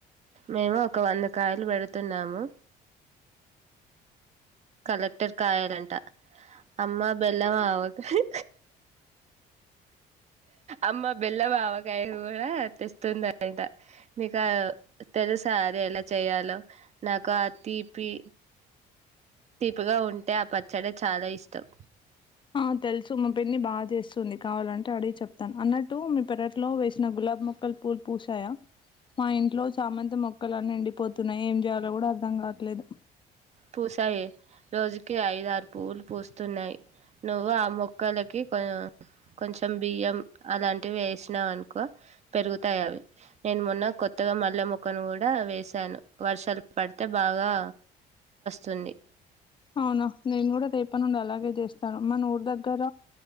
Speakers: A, on the right (about 40°); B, on the left (about 30°).
A: మేము ఒక వంద కాయలు పెడుతున్నాము లెక్టరుకాయాలంట అమ్మా బెల్లం ఆవకాయ అమ్మ బెల్లం అవకాయ కూడా తెస్తుంది అంట ఇక నీకు తెలుస అది ఎలా చేయాలో నాకు ఆ తీపి తీపిగా ఉంటే ఆ పచ్చడి చాలా ఇష్టం
B: ఆ తెలుసు ము పిన్ని బాగా చేస్తుంది కావాలంటే అడిగి చెప్తాను అన్నట్టు మీ పెరట్లో వేసిన గులాబ్ మొక్కలు పూల్ పూస యా మాఇంట్లో చామంతి మొక్కలన్నీ ఎండిపోతున్నాయి ఏం చేయాలో కూడా అర్థం కావట్లేదు
A: పూశాయే రోజు కి ఐద ఆరు పువ్వులు పూస్తున్నాయి నువ్వు ఆ మొక్కలకి కొ కొంచెం బియ్యం అలాంటివి వేసినాం అనుకో పెరుగుతాయి అవి నేను మొన్న కొ కొత్తగా మల్లె మొక్కను కూడా వేసాను వర్షాలు పడితే బాగా ట్టుంది
B: అవునా నేను కూడా రేపటి నుండి అలాగే చేస్తాను మన ఊరు దగ్గర